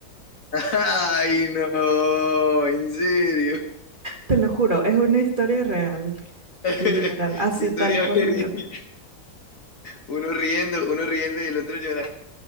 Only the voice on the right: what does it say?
Te lo juro, es una historia real,
literal, así
tal cual
me lo